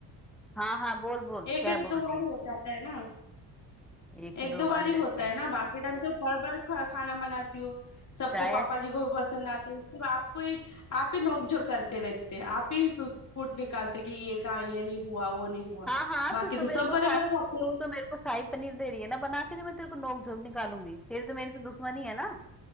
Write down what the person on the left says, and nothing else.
एक
एक
दो
बार
ही हो जाता है ना
एक
दो
बार ही
होता है
ना बाकी टाइम तो भर भर खा, खाना बनाती हूँ सबको
पापा जी को भी पसंद आते हैं सिर्फ आपको ही आप ही नोकझोंक करते रहते हैं आप ही कु- कूट निकालते कि ये कहा ये नहीं हुआ वो नहीं हुआ
बाकी
तो
सब
बराबर
खाते
हैं